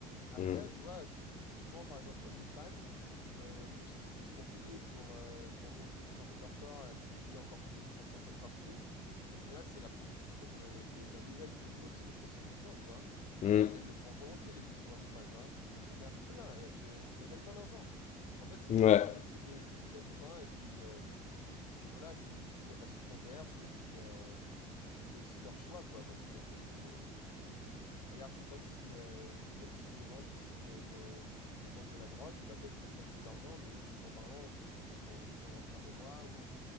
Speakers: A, on the left (about 90°); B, on the left (about 40°).
A: après,
B: hum,
A: tu vois, si tu prends par exemple OnlyFans, euh, les filles qui se font payer pour, euh, pour montrer des parties de leur corps, elles se font payer encore plus pour certaines parties. Au final, c'est la prostitution de, de la nouvelle, le nouveau style de prostitution, tu vois.
B: hum.
A: Et elles, elles le font volontiers, les filles sur OnlyFans, hein. Il y en a plein et elles, se, elles gagnent plein d'argent. En fait, c'est
B: Ouais,
A: vraiment un métier de, de gagne-pain et puis. euh, puis voilà, si- s'il y a de la souffrance derrière, c'est aussi, euh, c'est aussi leur choix, quoi, moi je trouve. Parce que, regarde, c'est comme si, euh, c'est comme si demain je décide de, de- de vendre de la drogue, bah peut-être que je me ferais beaucoup d'argent, mais éthiquement parlant, je serais pas fran- vraiment fier de moi ou,